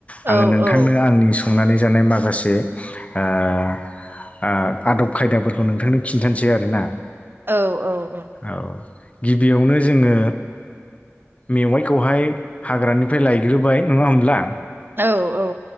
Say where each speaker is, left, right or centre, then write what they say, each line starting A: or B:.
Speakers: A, on the left (about 30°); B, on the right (about 50°).
A: अङो
B: औ
A: नोंथांनो
B: औ
A: आंनि संनानै जानाय माखासे ओ ओ आदब खायदाफोरखौ नोंथांनो खिन्थानोसै आरोना।
B: औ औ औ
A: औ गिबियावनो जोङो मेवाइखौहाय हाग्रानिफ्राय लायग्रोबाय नङा होमब्ला?
B: औ औ